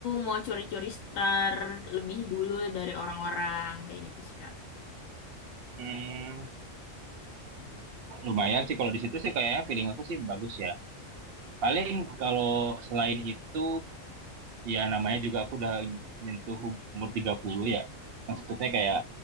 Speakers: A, on the left; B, on the right.
A: mau curi-curi star lebih dulu dari orang-orang kayak gitu sih Kak.
B: Hmm, lumayan sih kalau di situ sih kayaknya feeling aku sih bagus ya. Paling kalau selain itu ya namanya juga aku udah nyentuh umur 30 ya. Maksudnya kayak